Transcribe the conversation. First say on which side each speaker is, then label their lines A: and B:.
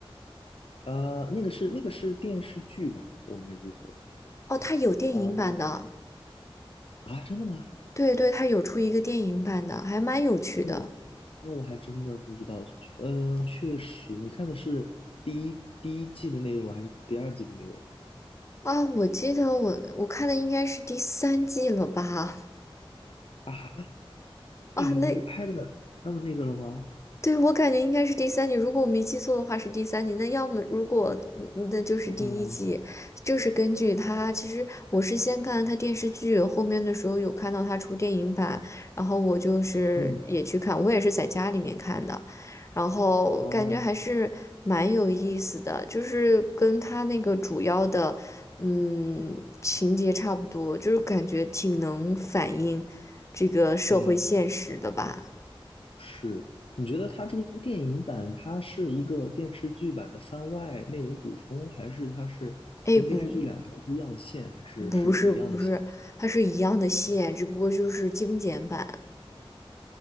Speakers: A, on the left; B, on the left.
A: 啊，那个是那个是电视剧吧，我没记错
B: 哦，它有电影版的，
A: 啊啊，真的吗？
B: 对对，它有出一个电影版的，还蛮有趣的。
A: 嗯，那我还真的不知道，嗯，呃确实，你看的是第一第一季的内容还是第二季的内容
B: 啊，我记得我我看的应该是第三季了吧？
A: 啊？电影已经拍的那么那个了吗？
B: 啊，那对，我感觉应该是第三集，如果我没记错的话是第三集。那要么如果嗯嗯那就是第一季，
A: 嗯
B: 就是根据他。其实我是先看他电视剧，后面的时候有看到他出电影版，然后我就是也去看，
A: 嗯
B: 我也是在家里面看的，然后感觉还是蛮有意思的，
A: 哦
B: 就是跟他那个主要的嗯情节差不多，就是感觉挺能反映这个社会现实的吧。
A: 嗯。是，你觉得它这个电影版，它是一个电视剧版的番外内容补充，还是它是跟电视剧两条不一样的线，
B: 哎，不
A: 还是是一样的线？
B: 不是不是，它是一样的线，只不过就是精简版。